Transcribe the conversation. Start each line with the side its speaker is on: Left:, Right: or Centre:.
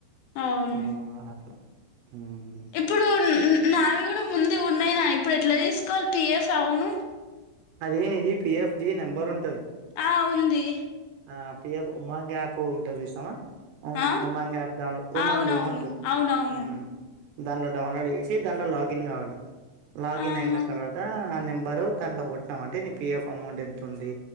Left: అవున్
Right: ఆ అట్లా మ్మ్
Left: ఇప్పుడు నావి కూడా ముందు ఉన్నాయి నాయి ఇప్పుడు ఎట్లా తీసుకోవాలి పి ఎఫ్ అవును
Right: అది నీది పి ఎఫ్ ది నెంబర్ ఉంటది
Left: ఆ ఉంది
Right: ఆ పి ఎఫ్ ఉమాంగ్ యాప్ ఉంటాది చూసినావా ఉం
Left: ఆ
Right: ఉమాంగ్ యాప్ డౌన్లో ఉమాంగ్
Left: అవునవును
Right: ఉమాంగ్
Left: అవునవును
Right: ఉమ్ దానిలో డౌన్లోడ్ చేసి దానిలో లాగిన్ కావాలి లాగిన్
Left: ఆహా
Right: అయిన తర్వాత ఆ నెంబరు దాంట్లో కొట్టినాం అంటే నీ పి ఎఫ్ అమౌంట్ ఎంతుంది